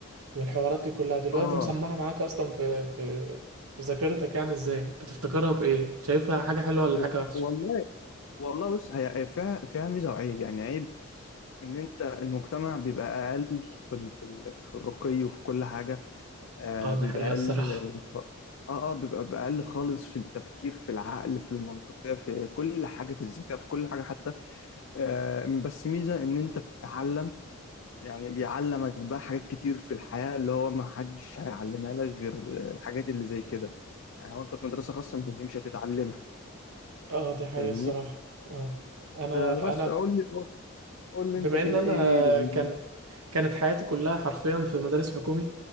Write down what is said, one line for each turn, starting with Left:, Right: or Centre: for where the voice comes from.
Right: والحوارات دي كلها دلوقتي
Left: اه
Right: مسمعة معاك اصلا في في في ذاكرتك يعني ازاي بتفتكرها بايه شايفها حاجة حلوة ولا
Left: و-
Right: حاجة وحشة
Left: والله والله بص هي هي فيها فيها ميزة وعيب يعني عيب ان انت المجتمع بيبقى اقل في ال- في ال- في الرقي وفي كل حاجة آه
Right: اه
Left: بيبقى
Right: ده حقيقة
Left: اقل
Right: الصراحة
Left: اه اه بيبقى بأقل خالص في التفكير في العقل في المنطقية في كل حاجة في الذكاء في كل حاجة حتى آه بس ميزة ان انت بتتعلم يعني بيعلمك بقى حاجات كتير في الحياة اللي هو ما حدش هيعلمها لك غير الحاجات اللي زي كده يعني وانت في مدرسة خاصة مش مش هتتعلمها
Right: اه دي حقيقة
Left: فاهمني
Right: الصراحة اه انا
Left: آه بس
Right: انا ب-
Left: قول لي قول لي
Right: بما
Left: انت كده
Right: ان انا
Left: ايه يعني
Right: كان كانت حياتي كلها حرفيا في مدارس حكومي